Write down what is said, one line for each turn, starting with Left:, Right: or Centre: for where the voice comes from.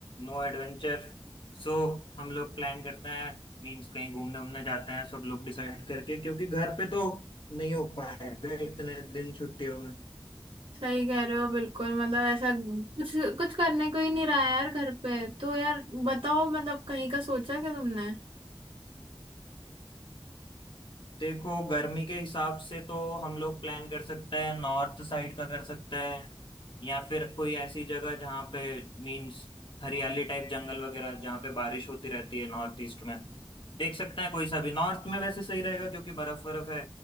Left: No adventure सो हम लोग प्लान करते हैं मीन्स कहीं घूमने उमने जाते हैं सब लोग डिसाइड करके क्योंकि घर पे तो नहीं हो पाएगा इतने दिन छुट्टियों में
Right: सही कह रहे हो बिल्कुल मतलब ऐसा कुछ कुछ करने को ही नहीं रहा है यार घर पे तो यार बताओ मतलब कहीं का सोचा क्या तुमने
Left: देखो गर्मी के हिसाब से तो हम लोग प्लान कर सकते हैं नॉर्थ साइड का कर सकते हैं या फिर कोई ऐसी जगह जहाँ पे मीन्स हरियाली टाइप जंगल वगैरह जहाँ पे बारिश होती रहती है नॉर्थ ईस्ट में देख सकते हैं कोई सा भी नॉर्थ में वैसे सही रहेगा क्योंकि बर्फ बर्फ है